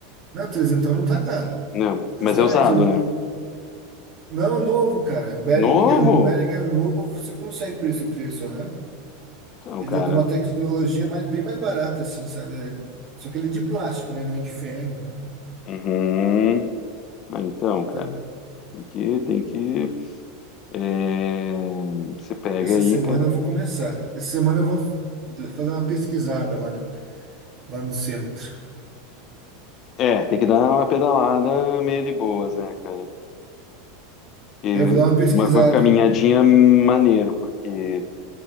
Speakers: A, on the right; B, on the left.
A: Não, trezentão não tá caro.
B: não,
A: Justamente
B: mas é usado,
A: o
B: né?
A: não, novo, cara. Behringer,
B: Novo?
A: num Behringer novo, você consegue por esse preço, aham.
B: Então,
A: Ele
B: cara,
A: é de uma tecnologia mais, bem mais barata, assim, sabe? É- Só que ele é de plástico, né? Não é de ferro, né?
B: uhum. Ah, então,
A: Então,
B: cara, tem que, tem que, é, você pega
A: Essa
B: aí,
A: semana
B: cara.
A: eu vou começar. Essa semana eu vou d- fazer uma pesquisada lá, no- lá no centro.
B: É, tem que dar uma pedalada meio de boas, né, cara? Que
A: É, Eu vou dar uma pesquisada.
B: uma co- caminhadinha maneiro, porque